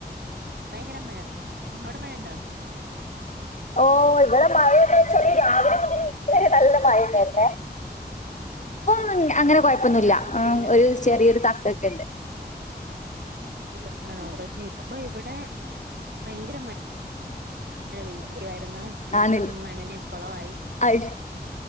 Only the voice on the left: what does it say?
ഓ ഇവിടെ മഴ എന്ന് വെച്ചാല് രാവിലെ മുതല് ത് വരെ നല്ല മഴന്നേരുന്നേ ഇപ്പം അങ്ങനെ
കൊഴപ്പൊന്നുല്ല
ഹെ ഒരു ചെറിയൊരു തട്ടൊക്കെ ഇണ്ട്
ആണിൽ
ഐ